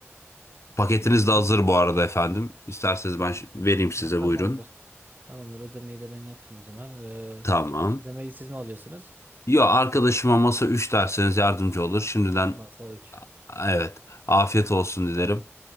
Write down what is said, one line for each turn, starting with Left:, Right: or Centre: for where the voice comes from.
Left: Paketiniz
Right: ben,
Left: de hazır bu arada efendim. İsterseniz ben ş- vereyim size
Right: ha, tamamdır
Left: buyurun.
Right: tamamdır ödemeyi de ben yapayım o zaman. Ee,
Left: Tamam.
Right: ödemeyi siz mi alıyorsunuz?
Left: Ya arkadaşıma masa 3 derseniz yardımcı olur. Şimdiden
Right: Masa üç
Left: evet afiyet olsun dilerim.